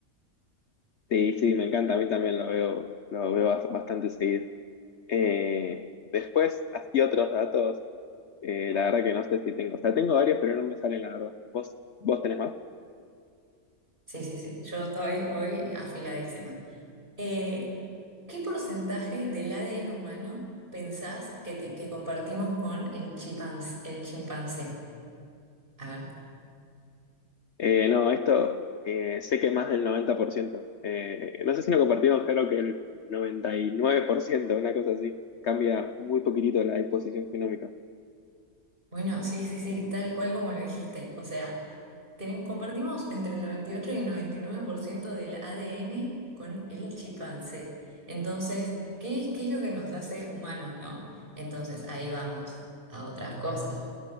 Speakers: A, on the left; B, on the right.
A: Sí, sí, me encanta, a mí también lo veo, lo veo bas- bastante seguido. Eh, después, así otros datos, eh, la verdad que no sé si tengo. O sea, tengo varios, pero no me salen, la verdad. ¿Vos, vos tenés más?
B: Sí, sí, sí. Yo estoy hoy afiladísima. Eh, ¿qué porcentaje del ADN humano pensás que, te- que compartimos con el chimpanz- el chimpancé? A ver.
A: Eh, no, esto eh, sé que más del 90%. Eh, no sé si lo compartimos, creo que el 99%, una cosa así. Cambia muy poquitito la disposición genómica.
B: Bueno, sí, sí, sí, tal cual como lo dijiste. O sea, ten- compartimos entre el noventa y ocho y el 99% del ADN con el chimpancé. Entonces, ¿qué es, qué es lo que nos hace humanos, no? Entonces, ahí vamos a otras cosas.